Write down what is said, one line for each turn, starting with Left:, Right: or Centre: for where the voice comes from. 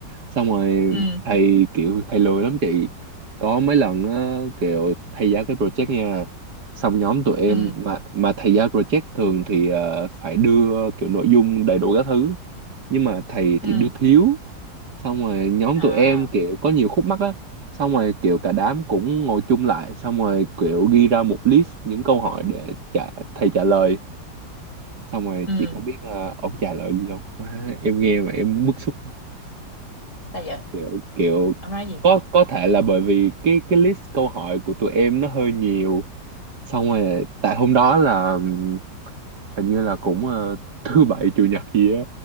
Right: xong rồi
Left: Ừ.
Right: thầy kiểu thầy lười lắm chị có mấy lần á, kiểu thầy giao cái project nha xong nhóm tụi em
Left: Ừ.
Right: mà mà thầy giao project thường thì ờ, phải đưa kiểu nội dung đầy đủ các thứ nhưng mà thầy
Left: Ừ.
Right: thì đưa thiếu xong rồi nhóm
Left: À.
Right: tụi em kiểu có nhiều khúc mắc á xong rồi kiểu cả đám cũng ngồi chung lại xong rồi kiểu ghi ra một list những câu hỏi để trả, thầy trả lời xong rồi
Left: Ừ.
Right: chị có biết là ông trả lời gì không Má, em nghe mà em bức xúc
Left: Sao giờ?
Right: kiểu kiểu
Left: Ông nói gì?
Right: có có thể là bởi vì cái cái list câu hỏi của tụi em nó hơi nhiều xong rồi tại hôm đó là ừm, hình như là cũng ờ, thứ bảy chủ nhật gì á